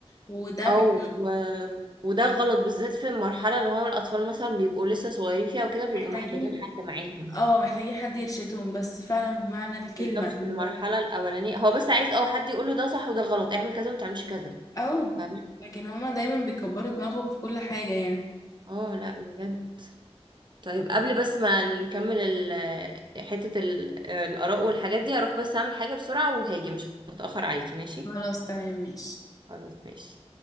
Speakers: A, on the left; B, on the right.
A: وده
B: أو
A: بي-
B: و- وده غلط بالذات في المرحلة اللي هم الأطفال مثلا بيبقوا لسه صغيرين فيها وكده بيبقوا
A: محتاجين
B: محتاجين حد معاهم
A: اه محتاجين حد يرشدهم بس فعلا بمعنى الكلمة
B: بالظبط في
A: اللي
B: المرحلة
A: هو
B: الأولانية هو بس عايز أو حد يقوله ده صح وده غلط اعمل كذا ومتعملش كذا
A: اه
B: فاهمة
A: لكن هما دايما بيكبروا دماغهم في كل حاجة يعني
B: اه لا بجد طيب قبل بس ما نكمل ال- آه، حتة ال- آه، الآراء والحاجات دي هروح بس أعمل حاجة بسرعة وهاجي مش هتأخر عليكي ماشي؟
A: خلاص تمام ماشي
B: خلاص ماشي